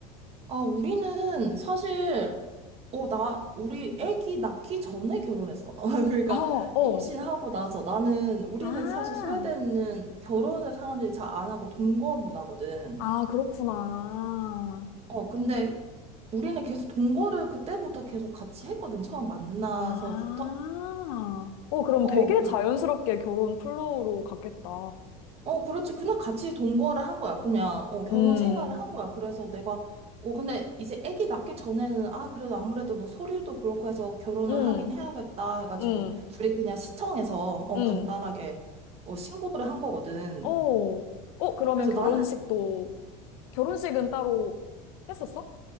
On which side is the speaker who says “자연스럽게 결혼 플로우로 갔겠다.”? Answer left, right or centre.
Left